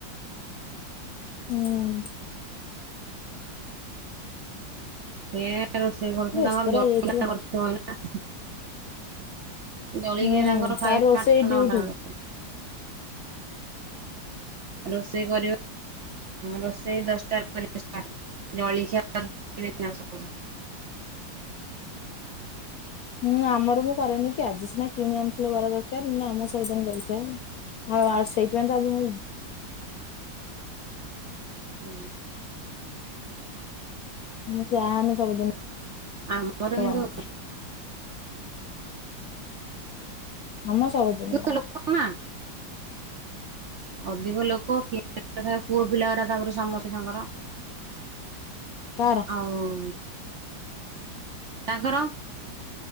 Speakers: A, on the left (about 65°); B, on the right (about 55°).
A: ହୁଁ।
B: <inaudible> ର ସେ କରଛମର
A: ବ୍ୟସ୍ତ
B: ଜ
A: ରହିଯାଇଥିବ।
B: କରଛନା। <inaudible> ଜଳଖିଆ
A: ହୁଁ
B: ତାଙ୍କର
A: ତାର
B: ଖାଇବେ
A: ରୋଷେଇ
B: ଆଠଟା
A: ଡ୍ୟୁଟି।
B: ନଟା ବେଳକୁ। ରୋଷେଇ କର ରୋଷେଇ ଦଶଟ ଜଳଖିଆଉଥ
A: ହୁଁ ଆମର ମୁଁ କରେନି କି ଆଜି ସିନା କିଣି ଆଣିଥିଲେ ବଲ ଦରକାର ଆମ ସହି ଆ ସେଇଥିପାଇଁ ତ ଆଜି ମୁଁ
B: ହୁଁ।
A: ମୁଁ ଯାାନେ ସବୁଦିନ
B: ଆମର କିନ୍ତୁ
A: ବନାଏ ଆମ ସବୁଦିନ ବନାଏ
B: ଲୋକ ଅଧିକ ଲୋକ କି ଖ ପୁଅ ପିଲା ତାପରେ ସମସ୍ତେ ତାଙ୍କର।
A: କାର
B: ଆଉ ତାଙ୍କର